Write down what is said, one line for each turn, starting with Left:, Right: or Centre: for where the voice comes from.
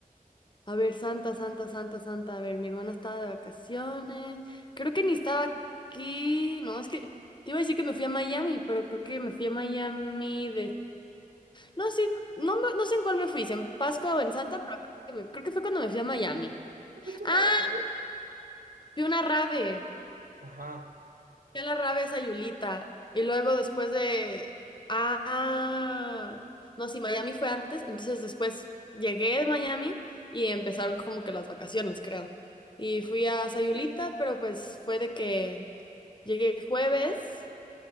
Left: A ver, Santa, Santa, Santa, Santa. A ver, mi hermana estaba de vacaciones. Creo que ni estaba aquí. No, es que te iba a decir que me fui a Miami, pero creo que me fui a Miami No, sí, no, me- no sé en cuál me fui, si en Pascua o en Santa, pero creo que, me- creo que fue cuando me fui a Miami.
Right: ¿No fuiste
Left: Ah,
Right: a nada, güey?
Left: fui a una rave,
Right: Ajá.
Left: fui a la rave a Sayulita. Y luego después de... Ah, no, sí, Miami fue antes, entonces después llegué de Miami y empezaron como que las vacaciones, creo. Y fui a Sayulita, pero pues fue de que llegué jueves